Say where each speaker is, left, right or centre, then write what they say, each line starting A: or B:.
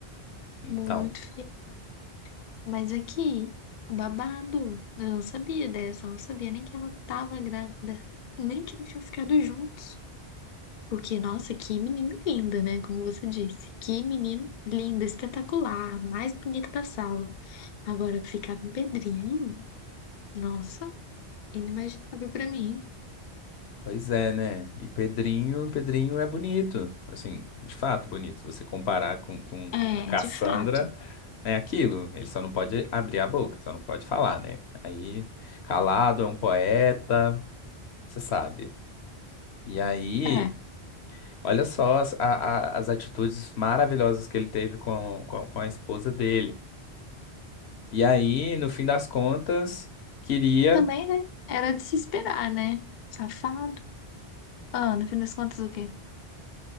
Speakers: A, on the left; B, on the left.
A: Então,
B: Muito fiel. Mas aqui, babado. Eu não sabia dessa, eu não sabia nem que ela tava grávida. Nem que eles tinham ficado juntos. Porque, nossa, que menina linda, né? Como você disse. Que menino lindo, espetacular, mais bonito da sala. Agora, ficar com o Pedrinho, nossa, inimaginável pra mim.
A: pois é, né? E Pedrinho, Pedrinho é bonito. Assim, de fato bonito. Se você comparar com, com
B: É,
A: a Cassandra,
B: de fato.
A: é aquilo. Ele só não pode abrir a boca, só não pode falar, né? Aí, calado, é um poeta, você sabe. E aí.
B: É.
A: Olha só as, a- a- as atitudes maravilhosas que ele teve com, com, com a esposa dele. E aí, no fim das contas, queria,
B: Também, né? Era de se esperar, né? Safado. Ah, no fim das contas, o quê?